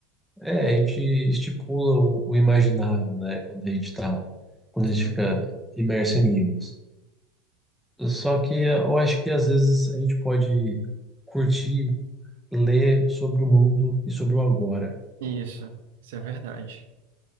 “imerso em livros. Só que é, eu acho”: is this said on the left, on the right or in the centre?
Centre